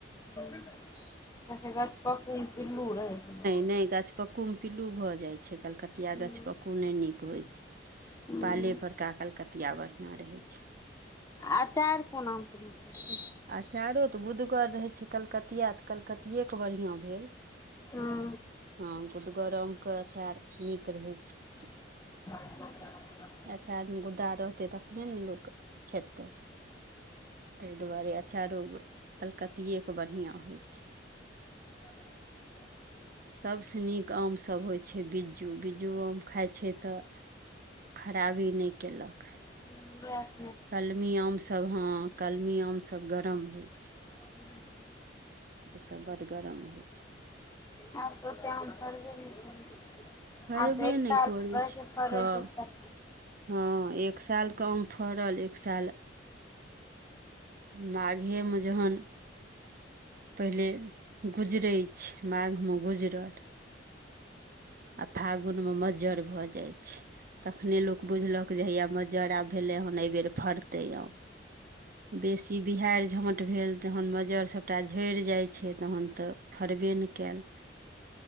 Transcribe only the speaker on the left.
हं कस गछ पकन पि लू रह छै म
हूं
हूं
अचार कोन आमके नीक लगै छै
हूं
<unintelligible>
<unintelligible>
हं ब
<unintelligible>
हँ तऽ ओते आम फरबे नहि करै छै
आ एक
साल
कहै छै फरय
छै